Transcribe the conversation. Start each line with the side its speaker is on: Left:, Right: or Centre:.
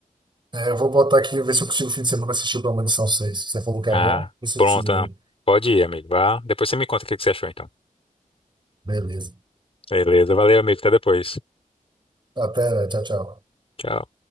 Right: É, eu vou botar aqui, ver se eu consigo fim de semana assistir o Premonição 6. Você falou que
Left: Ah,
Right: é bom? Ver se
Left: pronto,
Right: eu consigo
Left: não.
Right: ver.
Left: Pode ir, amigo, vá. Depois você me conta o que que você achou, então.
Right: Beleza.
Left: Beleza, valeu, amigo, até depois.
Right: Até, tchau, tchau.
Left: Tchau.